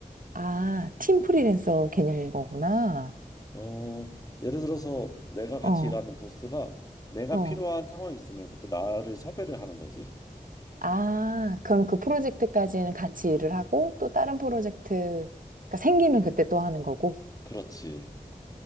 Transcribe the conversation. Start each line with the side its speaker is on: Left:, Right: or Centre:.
Right: 아, 팀 프리랜서 개념인 거구나.
Left: 어, 예를 들어서 내가 같이
Right: 어,
Left: 일하는 보스가 내가
Right: 어.
Left: 필요한 상황이 있으면 그때 나를 섭외를 하는 거지.
Right: 아, 그럼 그 프로젝트까지는 같이 일을 하고 또 다른 프로젝트가 생기면 그때 또 하는 거고.
Left: 그렇지.